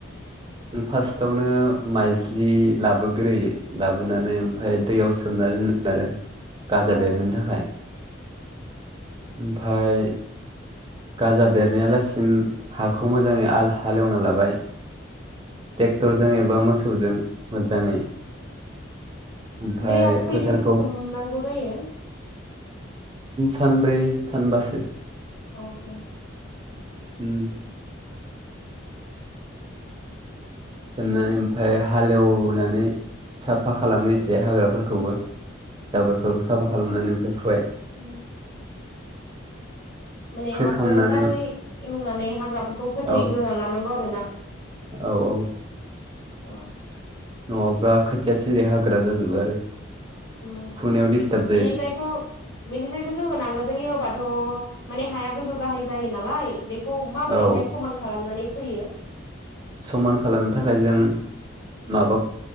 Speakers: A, on the right (about 25°); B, on the left (about 60°).
A: जों फार्स्टआवनो माइज्लि लाबोग्रोयो लाबोनानै ओमफ्राय दैयाव सोमना दोन आरो गाजा
B: औ
A: बेरहोनो थाखाय ओमफाय गाजा बेरनायालासिम हाखौ मोजांङै हालेवना लाबाय टेक्टरजों एबा मोसौजों मोजांङै ओमफाय
B: दैयाव खैदिनसो
A: फोथारखौ
B: सोमनांगौ जायो
A: सानब्रै सानबासो
B: अके
A: उम सोमनानै ओमफाय हालेवनानै साफा खालामो एसे हाग्राफोरखौबो जाबोरफोरखौ साफा खालामनानै ओमफाय फुबाय
B: उम माने
A: फोखांनानै
B: हाखौ मोजांङै एवनानै हाग्राफोरखौ फोथैग्रोना
A: औ
B: लानांगौ आरो ना।
A: औ औ
B: अ
A: नंङाब्ला खोथिया थिलिया हाग्रा जाजोबो आरो
B: उम
A: खुनायाव दिस्टार्ब जायो
B: बिनिफ्रायथ बिनिफ्रायथ जों नांगोलजों एवबा थ माने हाया गोजौ गाहाय जायो नालाय बेखौ माबोरैहाय
A: औ
B: समान खालामनानै फैयो।
A: समान खालामनो थाखाय जों माबा